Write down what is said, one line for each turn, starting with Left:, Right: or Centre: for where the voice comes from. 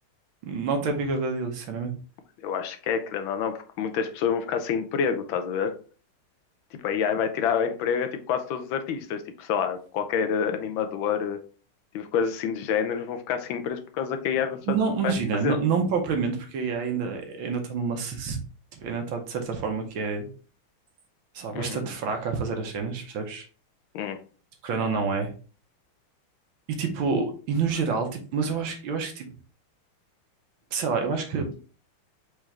Right: Not that big of a deal, sinceramente.
Left: eu acho que é, querendo ou não, porque muitas pessoas vão ficar sem emprego, estás a ver? Tipo, a AI vai tirar o emprego a tipo, quase todos os artistas, tipo, sei lá, qualquer eh, animador, eh, tipo, coisas assim de género, vão ficar sem emprego por causa que a AI vai faz-
Right: Não, imagina,
Left: vai fazer.
Right: não, não propriamente, porque ainda ainda está numa. se- se- tipo, ainda está de certa forma que é, sabe,
Left: Uhum.
Right: bastante fraca a fazer as cenas, percebes?
Left: Hum,
Right: Tipo, querendo ou não é. E tipo, e no geral, tipo, mas eu acho, que- eu acho que, tipo, sei lá, eu acho que